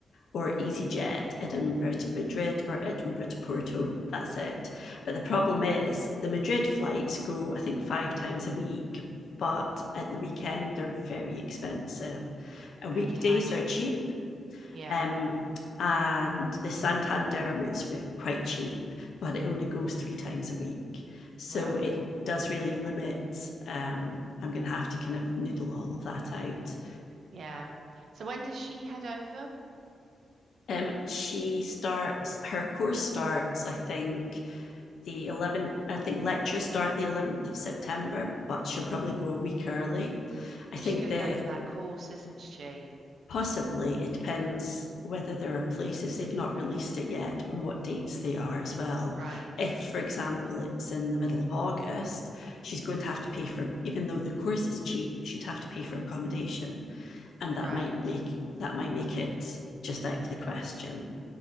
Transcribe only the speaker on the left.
or EasyJet, Edinburgh to Madrid or Edinburgh to Porto. That's it. But the problem is the Madrid flights go, I think, five times a week, but at the weekend, they're very expensive. A weekdays
are cheap,
um, and the Santander routes are quite cheap, but it only goes three times a week. So
it does really limit. Um, I'm going to have to kind of noodle all of that out.
Um, she starts her course starts, I think, the 11th, I think lectures start the 11th of September, but she'll probably go a week early. I think
that
possibly it depends whether there are places they've not released it yet and what dates they are as well.
If, for example, it's in the middle of August, she's going to have to pay for, even though the course is cheap, she'd have to pay for accommodation, and that
might make that might make it just out of the question.